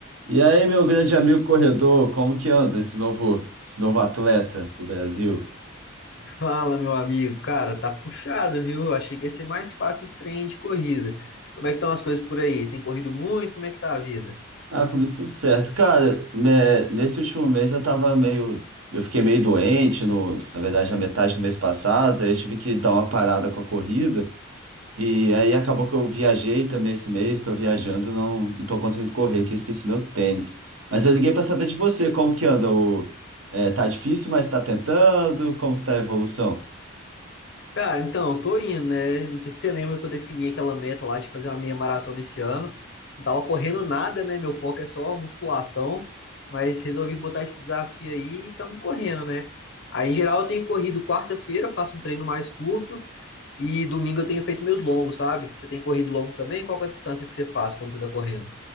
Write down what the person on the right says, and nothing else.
E aí, meu grande amigo corredor, como que anda esse novo, esse novo atleta do Brasil?
Ah, comigo tudo certo. Cara, né, nesse último mês eu tava meio. Eu fiquei meio doente, no, na verdade, na metade do mês passado, aí eu tive que dar uma parada com a corrida. E aí acabou que eu viajei também esse mês, tô viajando, não, não tô conseguindo correr, que eu esqueci meu tênis. Mas eu liguei pra saber de você, como que anda o. é, tá difícil, mas tá tentando? Como que tá a evolução?